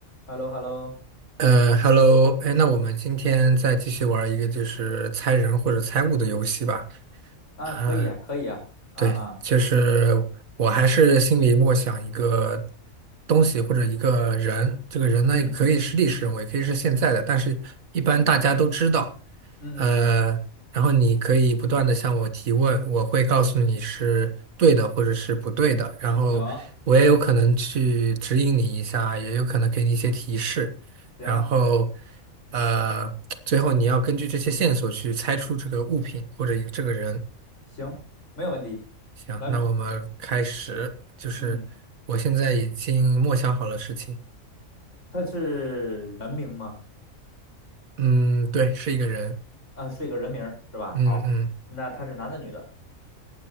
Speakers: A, on the left (about 60°); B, on the right (about 80°).
A: h e l l o h e l l o
B: 呃，Hello，哎，那我们今天再继续玩一个就是猜人或者猜物的游戏吧。
A: 啊，
B: 啊，
A: 可以啊，可以啊，啊啊，
B: 对，就是我还是心里默想一个东西或者一个人，这个人呢也可以是历史人物，
A: 嗯嗯
B: 也可以是现在的，但是一般大家都知道。
A: 嗯嗯嗯嗯，
B: 呃，然后你可以不断的向我提问，我会告诉你是对的或者是不对的，然后我也有可能去指引你一下，
A: 行
B: 也有可能给你一些提示，
A: 行
B: 然后呃，最后你要根据这些线索去猜出这个物品或者一这个人。
A: 行，没有问题，
B: 行，
A: 来吧，
B: 那我们开始，就是我现在已经默想好了事情。
A: 嗯，他是人名吗？
B: 嗯，对，是一个人。
A: 啊，是一个人名儿是吧？
B: 嗯嗯，
A: 好，那他是男的女的？